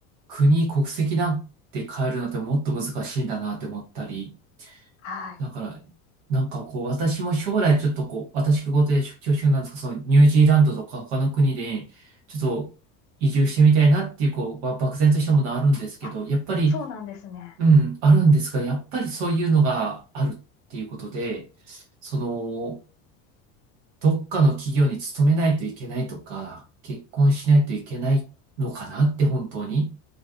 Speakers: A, on the right; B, on the left.
A: 国、国籍なんて変えるのってもっと難しいんだなって思ったり、
B: はい。
A: だから、なんかこう、私も将来ちょっとこう、私事で出張中なんですけど、そのニュージーランドとか他の国で、ちょっと移住してみたいなっていう、こう、ば漠然としたものあるんですけど、
B: あ、
A: やっぱり、
B: そうなんですね。
A: うん、あるんですが、やっぱりそういうのがあるっていうことで、その、どっかの企業に勤めないといけないとか、結婚しないといけないのかなって本当に。